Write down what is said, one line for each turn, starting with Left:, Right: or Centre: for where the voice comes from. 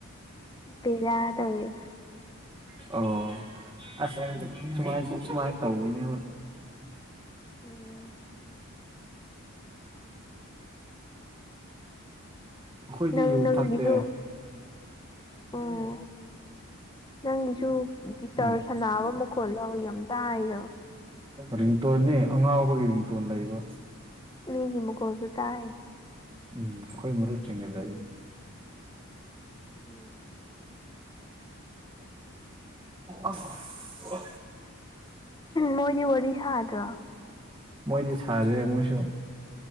Left: ꯕꯦꯔꯥ ꯇꯧꯋꯦꯕ
Right: ꯑꯣ ꯑꯁ ꯁꯥꯃꯥꯏ-ꯁꯨꯃꯥꯏ ꯇꯧꯕꯅꯦ
Left: ꯎꯝ
Right: ꯍꯣꯏ <inaudible> <inaudible> ꯑꯩꯈꯣꯏꯗꯤ
Left: ꯅꯪ
Right: ꯌꯨ
Left: ꯅꯪꯒꯤꯁꯨ
Right: ꯊꯛꯇꯦ
Left: ꯎꯝ ꯅꯪꯒꯤꯁꯨ ꯒꯤꯇꯔ
Right: ꯎꯝ
Left: ꯁꯅꯕ ꯃꯈꯣꯜ ꯂꯣ ꯌꯥꯝ ꯇꯥꯏꯗ
Right: ꯔꯤꯡꯇꯣꯟꯅꯤ ꯑꯉꯥꯎꯕꯒꯤ ꯔꯤꯡꯇꯣꯟ ꯂꯩꯕ
Left: ꯃꯤꯒꯤ ꯃꯨꯈꯣꯜꯁꯨ ꯇꯥꯏ
Right: ꯎꯝ ꯈꯣꯏ ꯃꯔꯨꯞ ꯆꯤꯒꯦ <unintelligible>
Left: ꯎꯝ
Right: ꯑꯁ
Left: ꯃꯣꯏꯗꯤ ꯋꯥꯔꯤ ꯁꯥꯗ꯭ꯔꯣ
Right: ꯃꯣꯏꯗꯤ ꯁꯥꯗꯦ ꯃꯣꯏꯁꯨ